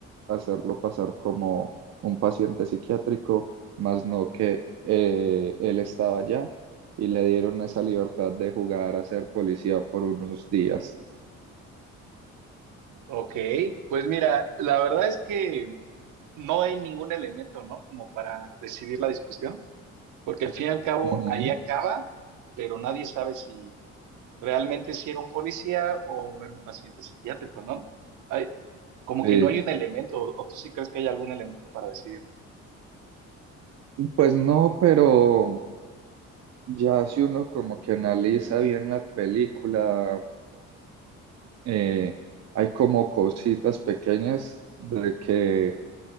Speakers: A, on the right; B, on the right.
A: hacerlo pasar como un paciente psiquiátrico, más no que eh, él estaba allá y le dieron esa libertad de jugar a ser policía por unos días.
B: Ok, pues mira, la verdad es que no hay ningún elemento, ¿no? Como para decidir la discusión, porque al fin y al cabo
A: Ujú.
B: ahí acaba, pero nadie sabe si realmente si era un policía o era un paciente psiquiátrico, ¿no? Hay, como
A: Eh,
B: que no hay un elemento, o o tú sí crees que hay algún elemento para decidir.
A: pues no, pero ya si uno como que analiza bien la película, eh, hay como cositas pequeñas de que